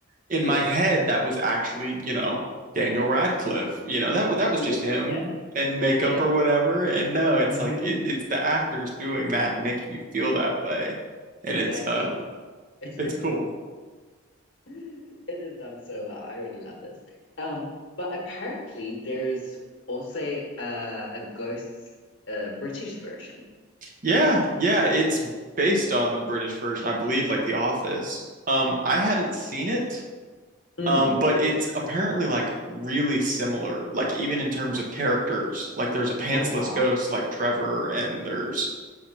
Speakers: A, on the right (about 40°); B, on the left (about 65°).
A: in
B: yeah
A: my head that was actually, you know, Daniel Radcliffe. You know, that wa- that was
B: yeah
A: just him
B: yeah
A: and makeup
B: yeah
A: or whatever. And no, it's
B: hmm
A: like it, it's the actors doing that and making you feel that way. And
B: exactly
A: it's uh
B: <laughs>
A: it's cool.
B: <laughs> It is done so well. I really love this. Um, but apparently there's also uh, a ghost uh, British version.
A: Yeah, yeah, it's based on the British version, I believe, like The Office. Um, I haven't seen it,
B: Mm.
A: um, but it's apparently like really similar, like even in terms of characters. Like there's a pantsless
B: Oh, wow.
A: ghost like Trevor, and there's